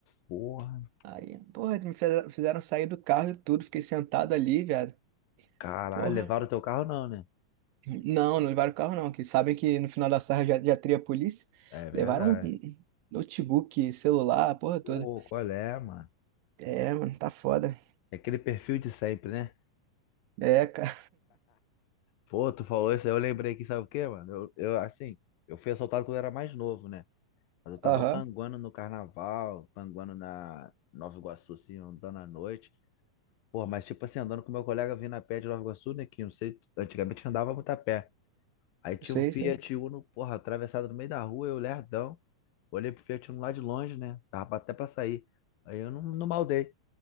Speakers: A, on the left; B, on the right.
A: porra.
B: Aí, porra, me fizeram fizeram sair do carro e tudo. Fiquei sentado ali, viado.
A: Caralho,
B: Porra.
A: levaram o teu carro não, né?
B: Não, não levaram o carro não, que sabem que no final da sarra já, já teria a polícia.
A: É verdade.
B: Levaram um um, um notebook, celular, a porra toda.
A: Pô, qual é, mano?
B: É, mano, tá foda.
A: É aquele perfil de sempre, né?
B: É, cara.
A: Pô, tu falou isso aí, eu lembrei que sabe o quê, mano? Eu, eu, assim, eu fui assaltado quando eu era mais novo, né? Mas eu tava
B: <laughs> Aham,
A: panguando no carnaval, panguando na Nova Iguaçu, assim, andando à noite. Porra, mas tipo assim, andando com meu colega vindo a pé de Nova Iguaçu, né? Que não sei, antigamente andava muito a pé. Aí tinha
B: sei,
A: um Fiat
B: sei.
A: Uno, porra, atravessado no meio da rua, eu lerdão. Olhei pro Fiat Uno lá de longe, né? Tava até pra sair. Aí eu não, não maldei.